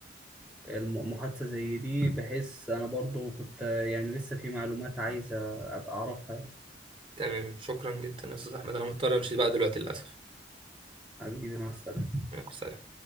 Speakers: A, in the centre; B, on the right.
A: المحادثة زي دي بحيث أنا برضو كنت آه، يعني لسه في معلومات عايزة أبقى أعرفها يعني
B: تمام شكرا جدا يا استاذ احمد انا مضطر امشي بقى دلوقتي للاسف
A: حبيبي مع السلامة
B: يلا، سلام